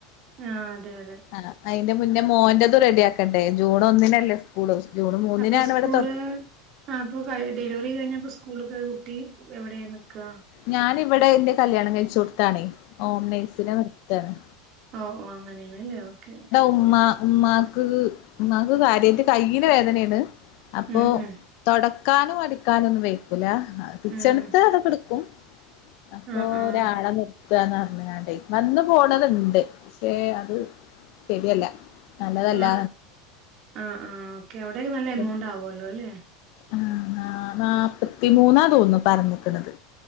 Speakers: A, on the right; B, on the left.
A: ആഹ് അതെ അതെ
B: ആഹ് അയിന്റെ മുന്നേ മോന്റതും റെഡിയാക്കണ്ടേ ജൂൺ ഒന്നിനല്ലേ സ്കൂള് ജൂൺ മൂന്നിനാണ്
A: അപ്പൊ സ്കൂള്
B: ഇവിടെ തൊ
A: ആഹ് അപ്പോ ഡെലിവറി കഴിഞ്ഞപ്പോ സ്കൂളൊക്ക് കുട്ടി എവിടെയാ നിക്കാ
B: ഞാന് ഇവിടെ ഇന്റെ കല്യാണം കഴിചോട്താണേ ഹോം നെയ്സിനെ വെച്ചാര്ന്ന്
A: ഓഹ് ഓഹ് അങ്ങനെയാണല്ലേ ഓക്കേ ഓക്കേ
B: ഉമ്മാ ഉമ്മാക്ക് ഉമ്മാക്ക് കാര്യമായിട്ട് കൈയില് വേദനയാണ് അപ്പൊ
A: ഉം ഉം
B: തൊടക്കാനോ അടിക്കാനോ ഒന്നും വേക്കൂല <unintelligible>
A: ഉം
B: കൊടുക്കും അപ്പൊ
A: ആഹ് ആഹ്
B: ഒരാളെ നിർത്തന്ന് പറഞ്ഞുണ്ടേ വന്ന് പോണത്ണ്ട് പക്ഷെ അത് ശരിയല്ല നല്ലതല്ല
A: ആഹ് ആഹ് ആഹ് ഓക്കെ അവിടെക്കെ <unintelligible>
B: <unintelligible> ആഹ് നാപ്പത്തി മൂന്നാ തോന്നുന്നു പറഞ്ഞിക്കണത്